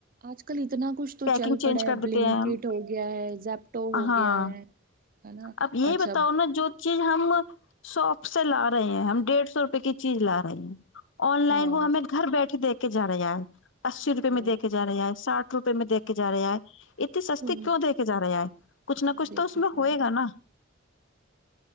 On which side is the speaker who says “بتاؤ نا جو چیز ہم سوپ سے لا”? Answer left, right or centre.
Left